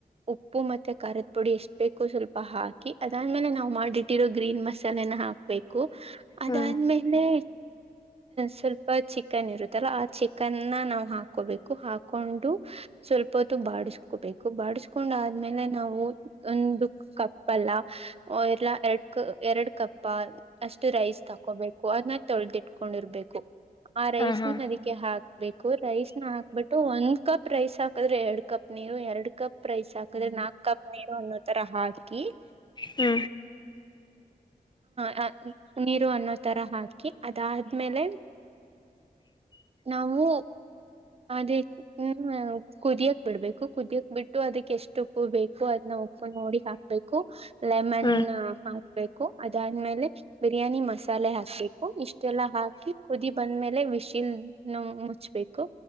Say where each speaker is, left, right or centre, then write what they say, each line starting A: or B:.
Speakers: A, on the right (about 40°); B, on the left (about 30°).
A: ಉಪ್ಪು ಮತ್ತೆ ಖಾರದ ಪುಡಿ ಎಷ್ಟು ಬೇಕು ಸ್ವಲ್ಪ ಹಾಕಿ ಅದಾದ್ಮೇಲೆ ನಾವು ಮಾಡಿಟ್ಟಿರೋ ಗ್ರೀನ್ ಮಸಾಲೆನ ಹಾ ಬೇಕು ಅದಾದ್ಮೇಲೆ
B: ಹ್ಮ್
A: ಸ್ವಲ್ಪ ಚಿಕ್ ಕನ್ ಇರುತ್ತಲ್ಲ ಆ ಚಿಕನ್ನ ನಾವು ಹಾಕೋಬೇಕು ಹಾಕೊಂಡು ಸ್ವಲ್ಪ ಹೊತ್ತು ಬಾಡಸ್ಕೋಬೇಕು ಬಾಡಸ್ಕೊಂಡ ಆದ್ಮೇಲೆ ನಾವು ಒಂದು ಕಪ್ಪ ಅಲ್ಲ ಎಲ್ಲಾ ಎರಡ್ ಕಪ್ಪ ಅಷ್ಟು ರೈಸ್ ತಾಕೋಬೇಕು ಅದನ್ನ ತೊಳೆ್ದಿಟ್ಕೊಂಡಿರ್ಬೇಕು ಆ ರೈಸ್
B: ಹ ಹಾ
A: ನ ಅದಕ್ಕೆ ಹಾಕ್ಬೇಕು ರೈಸ್ ನ ಹಾಕ್ಬಿಟ್ಟು ಒಂದ ಕಪ್ ರೈಸ್ ಹಾಕಿದ್ರೆ ಎರಡ್ ಕಪ್ ನೀರು ಎರ ಕಪ್ ರೈಸ್ ಹಾಕಿದ್ರೆ ನಾಕ್ ಕಪ್ ನೀರು ಅನ್ನೋ ತರ ಹಾಕಿ <unintelligible>
B: ಹ್ಮ
A: ಹ ನೀರು ಅನ್ನೋ ತರ ಹಾಕಿ ಅದಾದ್ಮೇಲೆ ನಾವು ಅದೇ ಹ್ಮ್ ಕುದಿಯಕ್ ಬಿಡ್ಬೇಕು ಕುದಿಯಕ್ ಬಿಟ್ಟು ಅದಕ್ ಎಷ್ಟು ಉಪ್ಪು ಬೇಕು ಅದನ್ನ ಉಪ್ಪು ನೋಡಿ ಹಾಕ್ ಹ ಬು ಲೆಮನ್
B: ಹ್ಮ್
A: ಹಾಕ್ಬೇಕು ಅದಾದ್ಮೇಲೆ ಬಿರಿಯಾನಿ ಮಸಾಲೆ ಹಾಕ್ಬೇಕು ಇಷ್ಟೆಲ್ಲಾ ಹಾಕಿ ಕುದಿ ಬಂದ್ಮೇಲೆ ವಿಸಿಲ್ ನ ಮುಚ್ಬೇಕು